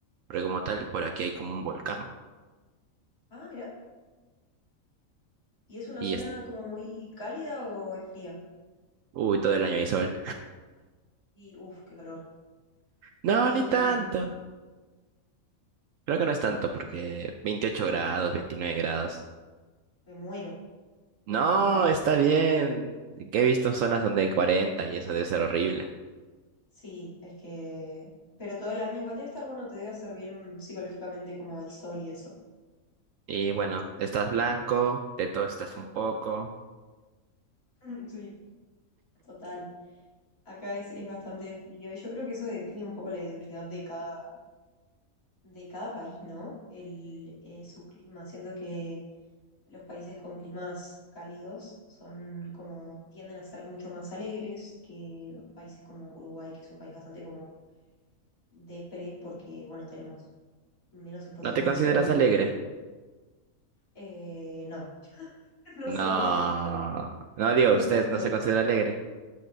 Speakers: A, on the right; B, on the left.
A: porque como tal, por aquí hay como un volcán
B: Ah, mira. ¿Y es una
A: y
B: zona
A: es,
B: como muy cálida o es fría?
A: uy, todo el año hay sol.
B: Y uff, qué calor.
A: No,
B: Y
A: ni tanto.
B: mm,
A: Creo que no es tanto
B: no,
A: porque 28 grados, 29 grados.
B: me muero,
A: No,
B: literal.
A: está bien. Que he visto zonas donde hay 40 y eso debe ser horrible.
B: Sí, es que... Pero todo el año igual debe estar bueno, te debe hacer bien psicológicamente como el sol y eso.
A: Y bueno, estás blanco, de todo estás un poco.
B: <laughs> Sí, total. Acá es, es bastante frío y yo creo que eso define un poco la identidad de cada, de cada país, ¿no? El, eh, su clima, siendo que los países con climas cálidos son como, tienden a ser mucho más alegres que países como Uruguay, que es un país bastante como depre porque, bueno, tenemos menos exposición
A: ¿No te
B: al
A: consideras
B: sol.
A: alegre?
B: Eh, no, <laughs> no
A: No,
B: somos un país muy alegre.
A: no digo,
B: No
A: usted
B: somos un
A: no
B: país.
A: se considera alegre.